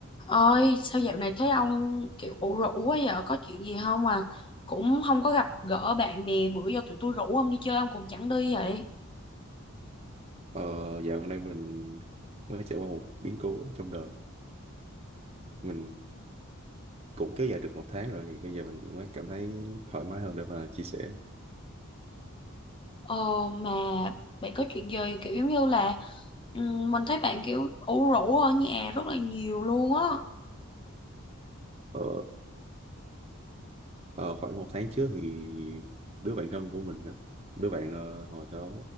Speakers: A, on the left; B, on the right.
A: Ơi, sao dạo này thấy ông kiểu ủ rũ quá vậy? Có chuyện gì không à? Cũng không có gặp gỡ bạn bè bữa giờ tụi tôi rủ ông đi chơi ông cũng chẳng đi vậy.
B: Ờ, dạo gần đây mình mới trải qua một biến cố trong đời mình cũng kéo dài được một tháng rồi thì bây giờ mình mới cảm thấy thoải mái hơn để mà chia sẻ
A: Ờ mà bạn có chuyện gì kiểu giống như là ừm, mình thấy bạn kiểu ủ rũ ở nhà rất là nhiều luôn á.
B: ờ, ờ, khoảng một tháng trước thì đứa bạn thân của mình đó đứa bạn ờ, hồi đó